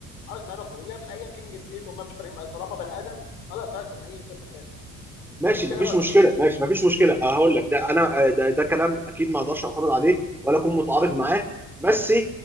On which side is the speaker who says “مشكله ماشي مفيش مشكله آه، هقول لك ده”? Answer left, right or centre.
Centre